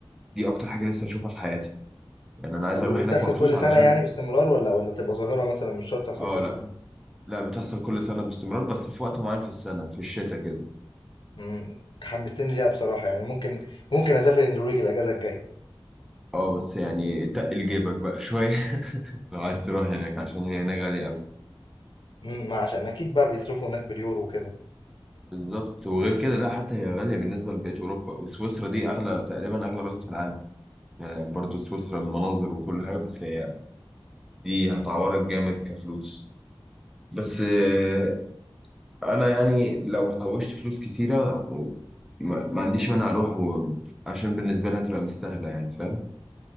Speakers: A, in the centre; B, on the left.
A: دي اكتر حاجة نفسي اشوفها في حياتي يعني انا عايز
B: طب
A: اروح
B: ودي
A: هناك
B: بتحصل
A: مخصوص
B: كل
A: علشان
B: سنه يعني باستمرار ولا ولا تبقى ظاهره مثلا مش شرط تحصل
A: اه
B: كل
A: لا
B: سنه
A: لا بتحصل كل سنة باستمرار بس في وقت معين في السنة في الشتاء كده
B: امم حمستني ليها بصراحه يعني ممكن ممكن اسافر النرويج الاجازه الجايه
A: اه بس يعني تقل جيبك بقى شوية <laughs> لو عايز تروح هناك عشان هي هناك غالية
B: امم ما عشان اكيد بقى بيصرفوا هناك باليورو وكده
A: بالظبط وغير كده لا حتى هي غالية بالنسبة لبقية أوروبا وسويسرا دي أغلى تقريبا أغلى بلد في العالم يعني برضو سويسرا المناظر وكل حاجة بس هي دي هتعورك جامد كفلوس بس آه، أنا يعني لو حوشت فلوس كتيرة ما ما عنديش مانع أروح و... عشان بالنسبة لها هتبقى مستاهلة يعني فاهم